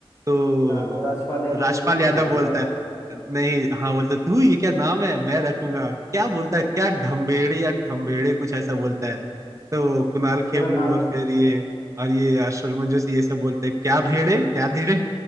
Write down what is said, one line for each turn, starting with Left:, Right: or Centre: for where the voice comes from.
Right: तो
Left: हाँ और आजकल
Right: वो
Left: यादव
Right: राजपाल
Left: थूक
Right: यादव
Left: बोलता
Right: बोलता
Left: है
Right: है नहीं हाँ बोलता तू ये क्या नाम है मैं रखूंगा क्या बोलता है क्या ढम्बेड़े या ठम्बेड़े कुछ ऐसा बोलता है तो कुणाल खेमू
Left: तेरा नाम
Right: और फिर ये और ये अशरमन जोशी ये सब बोलते हैं क्या भेड़े क्या धीड़े